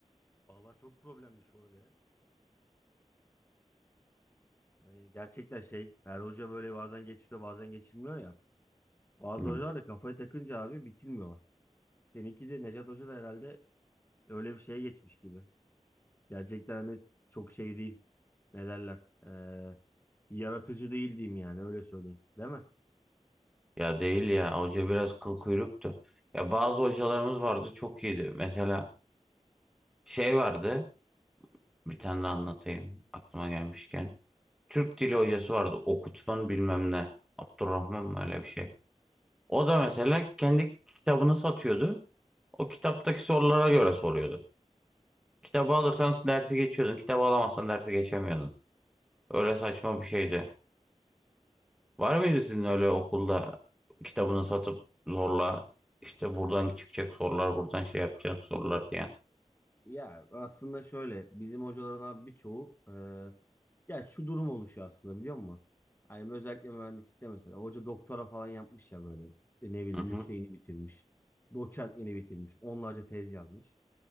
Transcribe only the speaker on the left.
Vallahi çok problemmiş o öyle. ya. Hani gerçekten şey, her hoca böyle bazen geçiriyor bazen geçirmiyor ya. Bazı
hocalar da kafaya takınca abi bitirmiyorlar. Seninki de Necat Hoca da herhalde öyle bir şeye geçmiş gibi. Gerçekten hani çok şey değil. Ne derler? Ee, yaratıcı değil diyeyim yani öyle söyleyeyim. Değil mi?
Ya aslında şöyle bizim hocaların abi birçoğu e, ya şu durum oluşuyor aslında biliyor musun? Hani özellikle mühendislikte mesela hoca doktora falan yapmış ya böyle E, ne bileyim
yükseğini
bitirmiş. Doçentliğini bitirmiş. Onlarca tez yazmış.